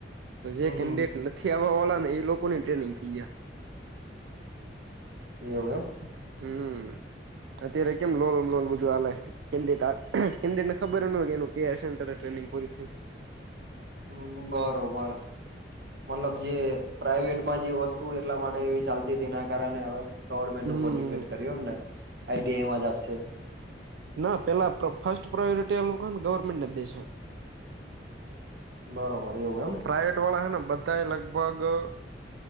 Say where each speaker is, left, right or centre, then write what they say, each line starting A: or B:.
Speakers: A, on the right; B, on the right.
A: તો જે
B: હમ
A: કેન્ડિડેટ
B: હમ
A: નથી આવવા વાળા ને એ લોકોની ટ્રેનિંગ થઈ જાય.
B: એમ એમ
A: હમ અત્યારે કેમ લોન લોન બધું હાલે કેડેટ કેન્ડેટને ખબર ન હોય એ કે સેન્ટર ટ્રેિંગ પૂરી થઈ
B: હમ બરોબર મતલબ જે પ્રાઈવેટમાં જે વસ્તુ એટલા માટે એવી ચાલતી હતી એના કારણે હવે. ગવર્મેન્ટ
A: હમ્મ
B: ઉપર ડિપેન્ડ કર્યું એમને આઈટીઆમાં જ આપશે
A: ના પેલા ફર્સ્ટ પ્રાયોરિટી આલું ગવર્મેન્ટ ના દે છે.
B: બરોબર એવું એમ
A: પ્રાઇવેટ વાળા હે ને બધા લગભગ